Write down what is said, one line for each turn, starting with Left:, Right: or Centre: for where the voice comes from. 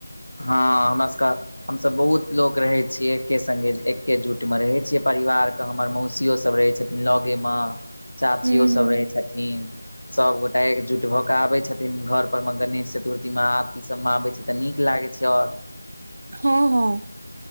Left: हँ नमस्कार हमसब बहुत लोक रहैत छियै एके सङ्गे एकेजुटमे रहै छियै परिवार केऽ हमर मौसियोसब रहै छथिन लगेम मं चाचियोसब
Right: हूँ हूँ
Left: रहै छथिन सबगोटा एकजुट भऽ के आबे छथिन घर पर मे गणेश चतुर्थीमे आबती ई सब मे आबे छै तनी लागै छै आओर
Right: हँ हँ